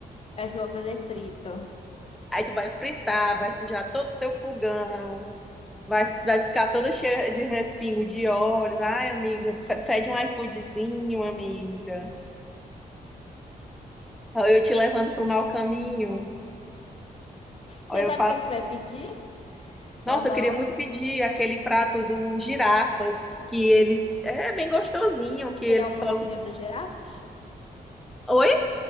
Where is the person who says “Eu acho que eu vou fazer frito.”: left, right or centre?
Left